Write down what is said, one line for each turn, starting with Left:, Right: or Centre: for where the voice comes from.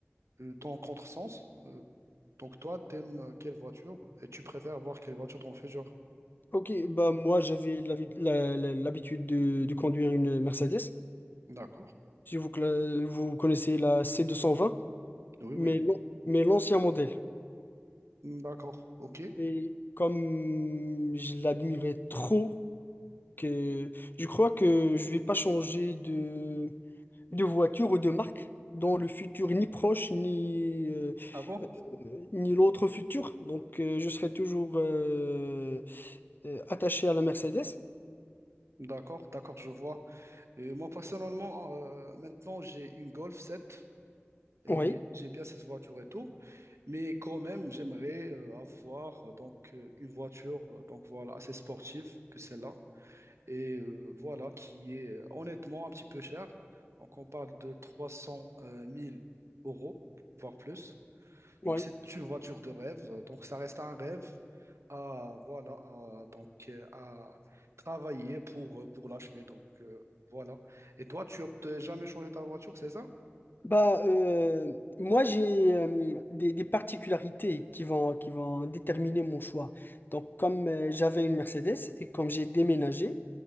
Right: euh, ton contresens, euh, donc toi, t'aimes quelle voiture et tu préfères avoir quelle voiture dans le futur?
Left: Ok, bah moi j'avais l'habi- la- la- l'habitude de, de conduire une Mercedes.
Right: D'accord.
Left: Si vous, cla- vous connaissez la C220,
Right: Oui, oui,
Left: mais l'an- mais l'ancien modèle.
Right: Mm, d'accord, ok.
Left: Et comme je l'admirais trop, que je crois que je vais pas changer de, de voiture ou de marque dans le futur, ni proche, ni, euh,
Right: Ah bon?
Left: euh, ni l'autre futur. Donc euh, je serai toujours euh, euh, attaché à la Mercedes.
Right: D'accord, d'accord, je vois. Et moi, personnellement, euh, maintenant, j'ai une Golf sept et
Left: Oui,
Right: j'aime bien cette voiture et tout, mais quand même, j'aimerais euh, avoir euh, donc euh, une voiture euh, donc voilà, assez sportive que celle-là et euh, voilà, qui est euh, honnêtement un petit peu chère. Donc, on parle de trois cent euh, mille euros, voire plus.
Left: oui.
Right: Donc, c'est une voiture de rêve. Donc, ça reste un rêve à, voilà, à- donc, euh, à travailler pour, euh, pour l'achever. Donc, euh, voilà. Et toi, tu optes jamais changer ta voiture, c'est ça?
Left: Bah, euh, moi, j'ai euh, des, des particularités qui vont, qui vont déterminer mon choix. Donc, comme euh, j'avais une Mercedes et comme j'ai déménagé,